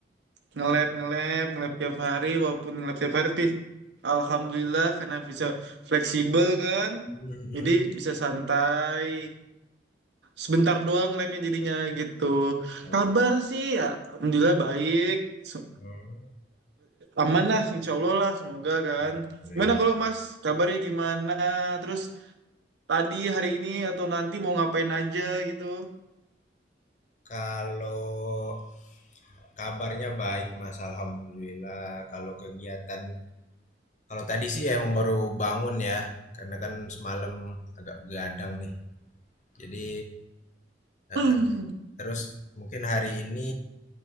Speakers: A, on the right (about 75°); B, on the left (about 40°).
A: nge-lab nge-lab nge-lab tiap hari walaupun nge-lab tiap hari tapi alhamdulillah karena bisa fleksibel kan.
B: Mm-mm.
A: Jadi bisa santai. Sebentar doang nge-labnya jadinya gitu.
B: Oh,
A: Kabar sih ya alhamdulillah baik. Se-
B: mm.
A: Aman lah insya Allah lah semoga kan.
B: Alhamdulillah.
A: Gimana kalau Mas kabarnya gimana? Terus tadi hari ini atau nanti mau ngapain aja gitu.
B: Kalau kabarnya baik Mas, Alhamdulillah. Kalau kegiatan, kalau tadi sih ya emang baru bangun ya, karena kan semalam agak begadang nih. Jadi eh,
A: Hmm.
B: eh. terus mungkin hari ini